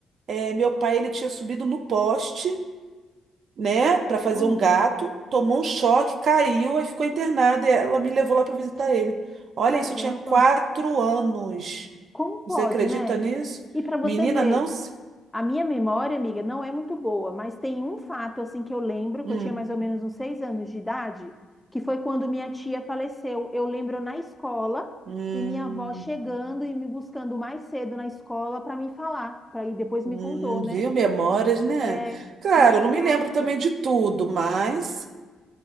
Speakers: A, on the right (about 60°); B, in the centre.
A: eh, meu pai ele tinha subido no poste né, para fazer
B: Hum,
A: um gato, tomou um choque, caiu e ficou internada. E ela me levou lá para visitar ele. Olha,
B: caramba.
A: isso tinha quatro anos.
B: Como pode,
A: Você acredita
B: né?
A: nisso?
B: E para você
A: Menina,
B: ver,
A: não se.
B: A minha memória, amiga, não é muito boa, mas tem um fato assim que eu lembro,
A: Hum,
B: que eu tinha mais ou menos uns seis anos de idade, que foi quando minha tia faleceu. Eu lembro na escola
A: hum,
B: e minha avó chegando e me buscando mais cedo na escola para me falar, para ir depois me
A: hum,
B: contou, né?
A: viu? Memórias, né?
B: É,
A: Claro,
B: mas
A: eu não me
B: nossa,
A: lembro também de tudo, mas